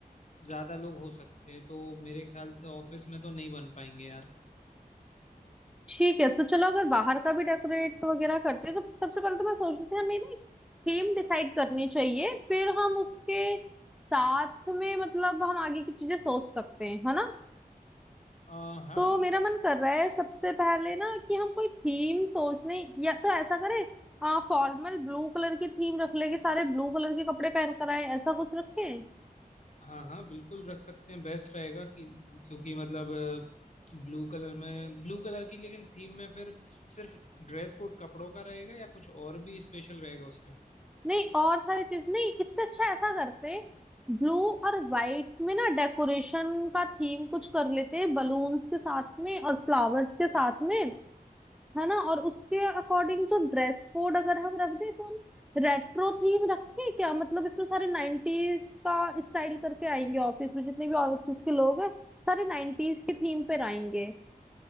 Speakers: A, on the left; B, in the centre.
A: ज्यादा लोग हो सकते हैं तो मेरे ख्याल से ऑफिस में तो नहीं बन पाएंगे यार
B: ठीक है तो चलो अगर बाहर का भी डेकोरेट वगैरह करते हैं तो सबसे पहले तो मैं सोच रही थी हमें ना थीम डिसाइड करनी चाहिए फिर हम उसके साथ में मतलब हम आगे की चीजें सोच सकते हैं है ना
A: अ, हाँ
B: तो मेरा मन कर रहा है सबसे पहले ना कि हम कोई थीम सोच लें या तो ऐसा करें आ फॉर्मल ब्लू कलर की थीम रख ले कि सारे ब्लू कलर के कपड़े पहन कर आए ऐसा कुछ रखें
A: हाँ हाँ बिल्कुल रख सकते हैं बेस्ट रहेगा कि क्योंकि मतलब ब्लू कलर में ब्लू कलर की लेकिन थीम में फिर सिर्फ ड्रेस कोड कपड़ों का रहेगा या कुछ और भी स्पेशल रहेगा उसमें
B: नहीं और सारी चीज नहीं इससे अच्छा ऐसा करते ब्लू और व्हाइट में ना डेकोरेशन का थीम कुछ कर लेते बलून्स के साथ में और फ्लावर्स के साथ में है ना और उसके अकॉर्डिंग जो ड्रेस कोड अगर हम रख दें तो हम रेट्रो थीम रखें क्या मतलब इसमें सारे नाइनटीज का स्टाइल करके आएंगे ऑफिस में जितने भी ऑफिस के लोग हैं सारे नाइनटीज की थीम पर आएंगे